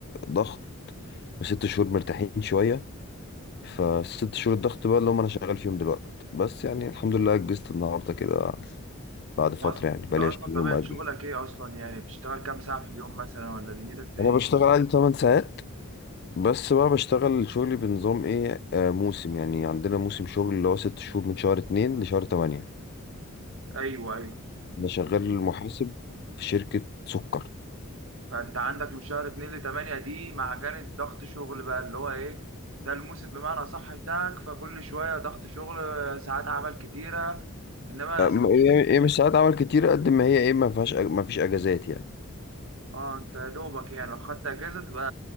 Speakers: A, on the left; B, on the right.
A: ضغط وست شهور مرتاحين شويه فست شهور الضغط بقى اللي هم انا شغال فيهم دلوقتي بس يعني الحمد لله اجزت النهارده كده بعد
B: انت
A: فتره
B: اصلا
A: يعني
B: انت
A: بقى
B: اصلا
A: لي 20
B: طبيعة
A: يوم اجل
B: شغلك ايه اصلا يعني بتشتغل كام ساعة في اليوم مثلا ولا دنيتك فيها
A: انا
B: ايه
A: بشتغل عادي 8 ساعات بس بقى بشتغل شغلي بنظام ايه آه موسم يعني عندنا موسم شغل اللي هو ست شهور من شهر اتنين لشهر تمانية
B: ايوه ايوه
A: انا شغال محاسب في شركة سكر
B: فانت عندك من شهر 2 ل 8 دي معجنة ضغط شغل بقى اللي هو ايه ده الموسم بمعنى صح بتاعك فكل شوية ضغط شغل ساعات عمل كتيرة انما
A: آه،
B: ست
A: م- هي
B: شهور
A: هي مش ساعات عمل كتير قد ما هي ايه ما فيهاش أج- ما فيش اجازات يعني
B: اه انت يا دوبك يعني لو خدت اجازة تبقى